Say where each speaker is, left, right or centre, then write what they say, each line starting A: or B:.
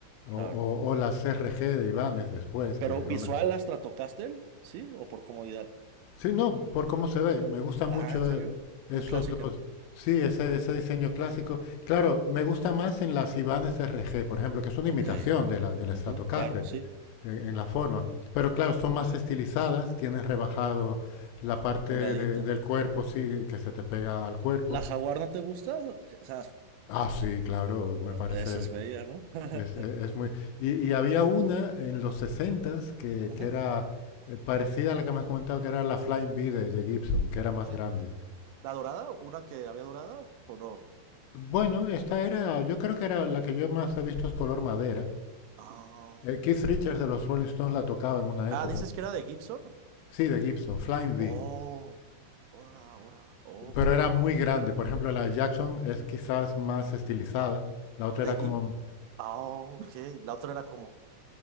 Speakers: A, on the left; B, on the right.
A: o,
B: Claro.
A: o- o la CRG de Ibanez después,
B: Pero
A: que era
B: visual,
A: una...
B: ¿las la tocaste? ¿Sí? ¿O por comodidad?
A: Sí, no, por cómo se ve, me gusta mucho
B: Ah, ¿en serio?
A: eh, esos
B: Muy clásica.
A: dos. Sí, ese, ese diseño clásico. Claro, me gusta más en las Ibanez RG, por ejemplo, que es una
B: Ok.
A: imitación de la, de la
B: Ujú,
A: Stratocaster
B: claro, sí.
A: eh, en la forma. Pero claro, son más estilizadas, tienes rebajado la parte
B: Un ladito.
A: de- del cuerpo, sí, que se te pega al cuerpo.
B: ¿La jaguar no te gusta? O sea,
A: Ah, sí, claro, me parece,
B: esa es bella, ¿no? <laughs>
A: es, es- es muy... Y, y había una en los sesentas que,
B: Ujú,
A: que era eh, parecida a la que me has comentado, que era la Flying V de, de Gibson, que era más
B: ujú.
A: grande.
B: ¿La dorada? ¿Una que había dorada o no?
A: Bueno, esta era, yo creo que era la que yo más he visto es color madera.
B: Ah,
A: Eh, Keith Richards de los Rolling Stones la tocaba en una
B: Ah,
A: época.
B: dices que era de Gibson.
A: Sí, de Gibson, Flying V.
B: Oh, ahora, ahora, ok.
A: Pero era muy grande. Por ejemplo, la de Jackson es quizás más estilizada. La otra era
B: De
A: como
B: Gi- ah, ok. La otra era como,